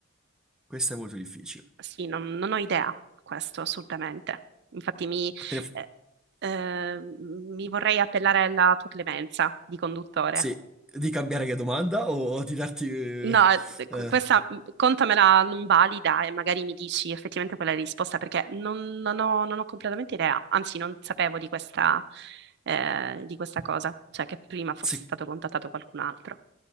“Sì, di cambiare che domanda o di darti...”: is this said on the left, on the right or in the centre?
Centre